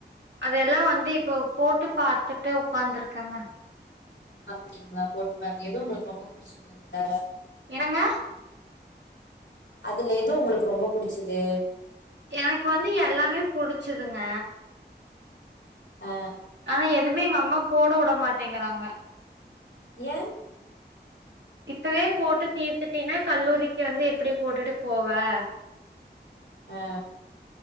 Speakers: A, on the right; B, on the left.
A: அதெல்லா வந்து இப்போ போட்டு பாத்துட்டு உக்காந்திருக்கேங்க
B: அப்டிங்ளா போட்டு பார்ங்க எது உங்ளுக்கு ரொம்ப புச்சுகிதுங்க
A: என்னங்க
B: அதுல எது உங்களுக்கு ரொம்ப புடிச்சுது
A: எனக்கு வந்து எல்லாமே புடிச்சுதுங்க
B: ஆ
A: ஆனா எதுமே எங்க அம்மா போட வுடமாட்டேங்கிறாங்க
B: ஏ
A: இப்பவே போட்டு தீத்துட்டீனா கல்லூரிக்கு வந்து எப்பிடி போட்டுட்டு போவே
B: ஆ